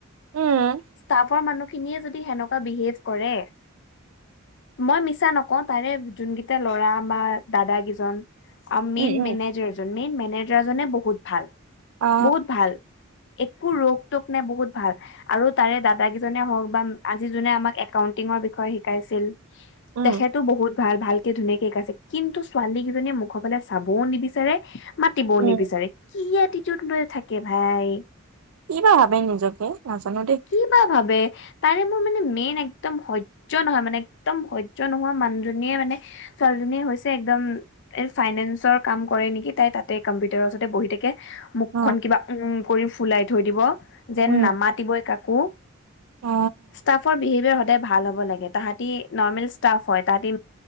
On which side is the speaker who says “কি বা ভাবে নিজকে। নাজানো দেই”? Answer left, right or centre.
Right